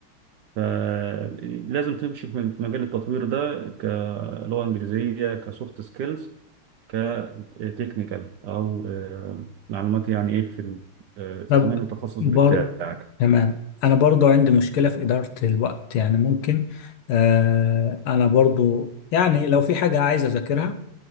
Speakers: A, on the right; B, on the left.
A: فلازم تمشي في في مجال التطوير ده كلغة إنجليزية كسوفت سكيلز كتكنيكال او آه، معلومات يعني ايه في ال- آه، في تصميم
B: طب
A: التخصص
B: برضو
A: بتاعك
B: تمام انا برضو عندي مشكلة في إدارة الوقت يعني ممكن آه انا برضو يعني لو في حاجة عايز اذاكرها